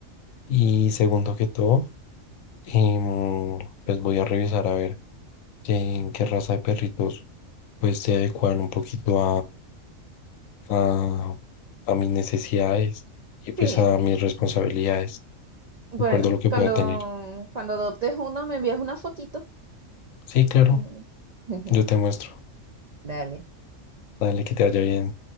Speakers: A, on the left; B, on the right.
A: Y segundo que todo, em, pues voy a revisar a ver qué, qué raza de perritos pues se adecuan un poquito a, a mis necesidades y pues
B: Sí,
A: a mis responsabilidades,
B: bueno,
A: de acuerdo a lo que
B: cuando,
A: pueda tener.
B: cuando adoptes uno me envías una fotito.
A: Sí, claro,
B: y <laughs>
A: yo te muestro.
B: Dale.
A: Dale, que te vaya bien.